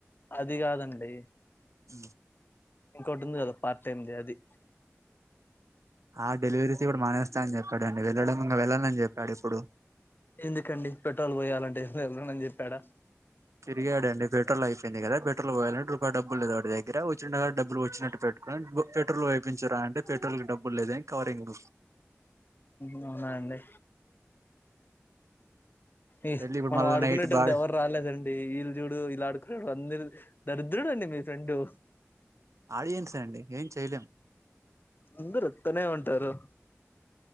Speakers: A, on the left; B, on the right.
A: అది కాదండి
B: మ్మ్
A: ఇంకోటింది కదా పార్ట్ టైమ్ది అది
B: ఆ డెలివరీస్ కూడా మానేస్తా అని చెప్పాడు అండి వెళ్ళడం ఇంకా వెళ్ళాలని చెప్పాడు ఇప్పుడు
A: ఎందుకండి పెట్రోల్ పోయాలంటే ఏ వెళ్దనని చెప్పాడా
B: తిగాడండి పెట్రోల్ అయిపోయింది కదా పెట్రోల్ పోయాలంటే రూపాయి డబ్బులు లేదు వాడి దగ్గర వచ్చినా కడా డబులు వచ్చినటు పెట్ పెట్రోల్ వేపించుర అంటే పెట్రోల్ కి డబ్బులు లేదని కవరింగ్
A: అవునాండి ఈ
B: వెళ్ళి ఇప్పుడు
A: మనం
B: మళ్ళీ
A: ఆడుకునేటప్పుడు
B: నైట్ బా
A: ఎవరు రాలేదండి వీళ్ చూడు వీలా అడు వంద దరిద్రుడు అండి మీ ఫ్రెండు
B: ఆడియన్స్ అండి ఏం చేయలేం
A: అందరు అట్టనే ఉంటారు